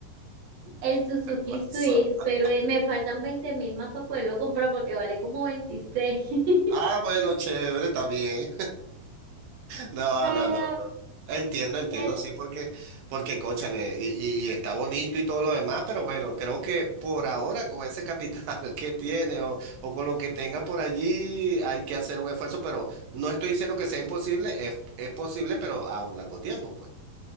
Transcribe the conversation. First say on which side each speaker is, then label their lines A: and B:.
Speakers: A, on the right; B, on the right.
A: El Suzuki
B: <laughs>
A: Swift, pero eh, me faltan veinte mil más para poderlo comprar porque vale como 26.
B: Ah,
A: <laughs>
B: bueno, chévere, está bien. No,
A: Pero,
B: no, no, no. Entiendo, entiendo,
A: pero-
B: sí, porque, porque, cónchale, y, y- y está bonito y todo lo demás, pero bueno, creo que por ahora con ese capital <laughs> que tiene o, o con lo que tenga por allí hay que hacer un esfuerzo, pero no estoy diciendo que sea imposible, es, es posible, pero a un largo tiempo, pues.